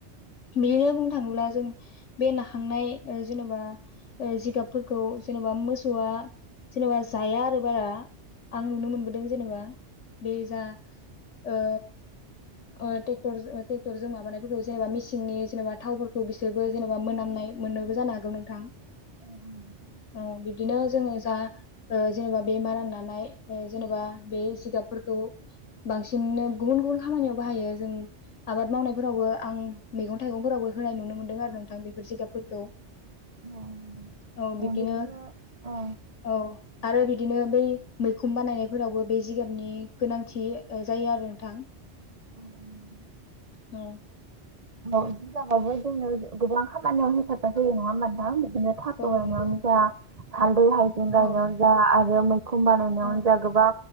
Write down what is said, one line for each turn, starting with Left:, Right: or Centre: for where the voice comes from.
Left: बियो बुंनो थाङोब्ला जों बे नाहांनाय ओ जेनेबा ओ जिगाबफोरखौ जेनेबा मोसौआ जेनेबा जाया आरो बारा। आं नुनो मोनबोदों जेनेबा बे जा ओ ओ ट्रेक्टर ट्रेक्टरजों माबानायफोरखौ जेनेबा मिसिननि जेनेबा थावफोरखौ बिसोर बो जेनेबा मोनामनाय मोनो जानो हागौ नोंथां।
Right: <inaudible>
Left: ओ बिदिनो जोङो जा ओ जेनेबा बे मारा नानाय जेनबा बे जिगाबफोरखौ बांसिननो गुबुन गुबुन खामानियाव बाहायो जों आबाद मावनायफोरावबो आं मैगं थाइगंफोरावबो होनाय नुनो मोन्दों आरो नोंथां बेफोर जिगाबफोरखौ।
Right: अ
Left: औ
Right: अ
Left: बिब्दिनो
Right: बिदिनो अ
Left: औ आरो बिदिनो बै मैखुन बानायनायफोरावबो बे जिगाबनि गोनांथि जायो आरो नोंथां।
Right: <inaudible>
Left: औ
Right: औ जिगाबाबो जोंनो गोबां खामानियाव हेफाजाब होयो नङा होनबा नोंथां? बिनो <unintelligible>
Left: औ नंगौ औ
Right: जा <unintelligible> <unintelligible> <unintelligible> खमा रुनायावनो
Left: औ
Right: जागोबां